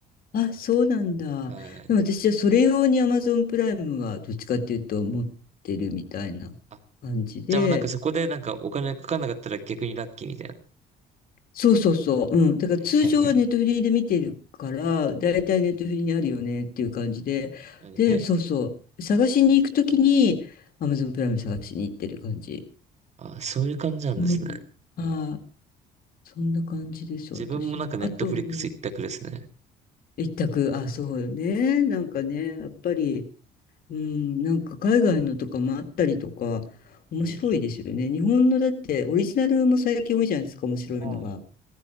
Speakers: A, on the left; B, on the right.
A: あ、そうなんだ。
B: はい。
A: でも私はそれ用に Amazon プライムはどっちかっていうと持ってるみたいな感じで。
B: あ、じゃあまあなんかそこでなんかお金かかんなかったら逆にラッキーみたいな。
A: そうそうそう。うん。だから通常はネットフリーで見てるから、
B: はいはいはい。
A: だいたいネットフリーにあるよねっていう感じで。
B: はいはい。
A: で、そうそう。探しに行くときに Amazon プライム探しに行ってる感じ。
B: あ、そういう感じなんですね。
A: うん。ああ、そんな感じです、私の。
B: 自分もなんかネットフリックス一択ですね。
A: あと、うん一択、あ、そうよね。なんかね、やっぱり、うん、なんか海外のとかもあったりとか、面白いですよね。
B: うんうん。
A: 日本のだって、オリジナルも最近多いじゃないですか、面白いのが。
B: はい。